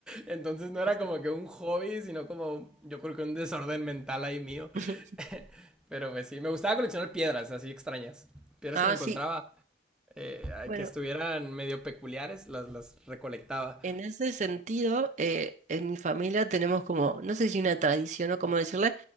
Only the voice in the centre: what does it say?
Entonces no era
como
que un hobby, sino como yo creo que un desorden mental ahí mío.
<laughs> Pero pues sí, me gustaba coleccionar piedras así extrañas. Piedras
que me encontraba,
eh,
que estuvieran medio peculiares, las, las recolectaba.